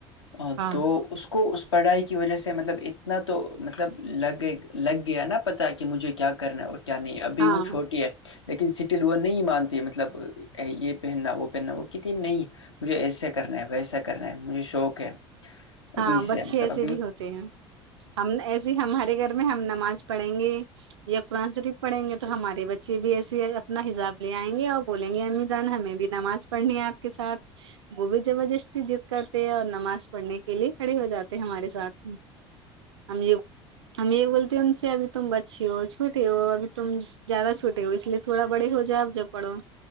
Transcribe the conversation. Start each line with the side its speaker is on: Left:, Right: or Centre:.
Left: <unintelligible>
Right: ہاں
Left: تو اس کو اس <unintelligible> پڑھائی کی وجہ سے مطلب اتنا تو مطلب لگے لگ گیا نا پتاہ کہ مجھے کیا کرنا ہے اور <unintelligible> کیا نہیں ابھی
Right: ہاں
Left: وہ چھوٹی ہے <unintelligible> لیکن سٹل وہ نہیں مانتی مطلب یہ پہننا وہ پہننا وہ کہتی نہیں مجھے ایسا کرنا ہے ویسا <unintelligible> کرنا ہے مجھے شوق ہے <unintelligible> ابھی
Right: ہاں بچے
Left: سے مطلب
Right: ایسے
Left: ابھی وہ
Right: بھی ہوتے ہیں ہم ایسے ہمارے گھر میں ہم نمازڑ <unintelligible> پڑھیں گے یا قرآن شریف پڑھیں گے تو ہمارے بچے بھی ایسے اپنا حساب لے آئیں گے اور بولیں گے امی جان ہمیں بھی نماز پڑھنی ہے آپ کے ساتھ وہ بھی زبردستی جضد کرتے ہیں اور نماز پڑھنے کی <unintelligible> لیے کھڑے ہو جاتے ہیں ہمارے ساتھ ہم یہ ہم یہ بولتے ہیں ان سے اب تم بچے ہو چھوٹے ہو ابھی تم زیادہ چھوٹے ہو اس لیے تھوڑا بڑے ہو جائے ا ج پڑھو